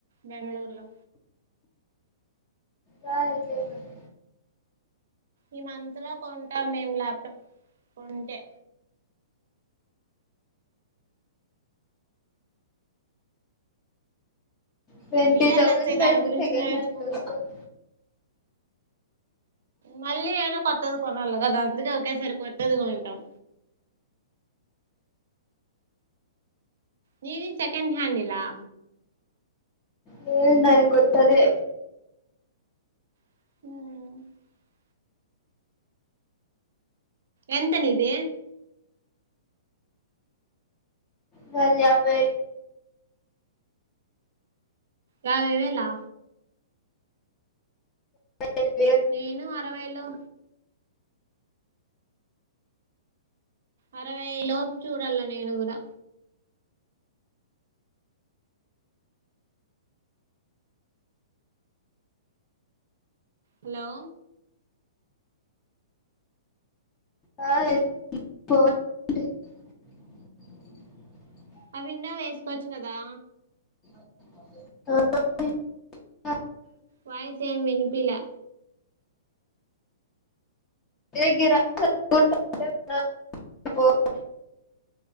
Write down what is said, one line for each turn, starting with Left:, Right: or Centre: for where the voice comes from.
Right: బెంగళూరు లో
Left: రా అయితే మరి
Right: ఈ మంత్‌లో కొంటా మేం ల్యాప్టాప్ కొంటే
Left: ట్వంటీ
Right: విఎల్ఎస్ఐ
Left: థౌజండ్ పెడితే
Right: దాని గురించి
Left: సెకండ్
Right: నేర్చుకు
Left: హ్యాండ్ లో వస్తది
Right: మళ్లీ అయినా కొత్తది కొనాలి గదా, అందుకే ఒకేసారి కొత్తదికొంటాం నీది సెకండ్ హ్యాండిల్ ఆ
Left: లేదు నాది కొత్తదే
Right: హ్మ్ ఎంత నీది
Left: నాది యాభై
Right: యాభై వేలా
Left: ఐదు వేలు
Right: నేను అరవైలో అరవై లోపు చూడాల నేను కూడా హలో
Left: ఆ
Right: ఆ 'అవిండో వేసుకోవచ్చు కదా దా
Left: ఆ
Right: వాయిసేం వినిపిలా
Left: ఏ గిరా క్ ఓ ఉంటే ఉండాలి పోవాలి